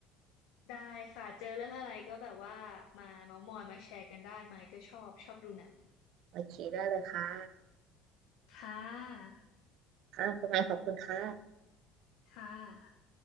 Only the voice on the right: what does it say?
โอเคได้เลยค่ะ
ค่ะคุณหมายขอบคุณค่ะ